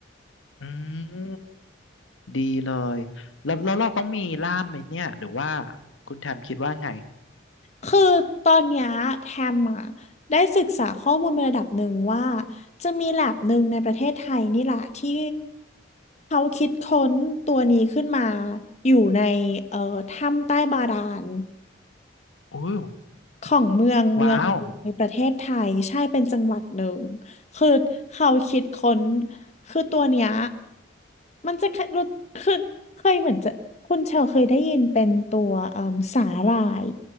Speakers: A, on the left (about 80°); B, on the left (about 35°).
A: อืมดีเลยแล้วแล้วเราต้องมีล่ามไหมเนี่ยหรือว่าคุณแทมคิดว่าไง
B: คือตอนเนี้ยแทมอ่ะได้ศึกษาข้อมูลในระดับหนึ่งว่าจะมีแลบหนึ่งในประเทศไทยนี่แหละที่เขาคิดค้นตัวนี้ขึ้นมาอยู่ในเอ่อถ้ำใต้บาดาล
A: อู้
B: ของเมืองเมืองในประเทศไทยใช่เป็นจังหวัดหนึ่ง
A: ว้าว
B: คือเขาคิดค้นคือตัวเนี้ยมันจะเคยรู้คือเคยเหมือนจะคุณเชลเคยได้ยินเป็นตัวเอ่มสาหร่าย